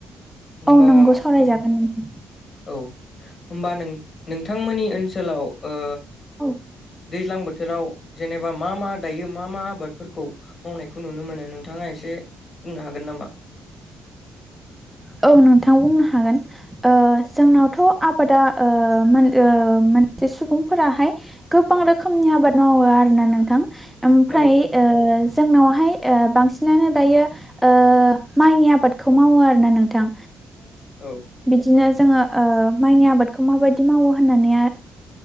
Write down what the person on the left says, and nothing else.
होमबा
ओ
औ होमबा नों नोंथांमोननि ओनसोलाव ओ
दैज्लां बोथोराव जेनेबा मा मा दायो मा मा आबादफोरखौ मावनायखौ नुनो मोनो नोंथाङा एसे बुंनो हागोन नामा?
औ
औ
औ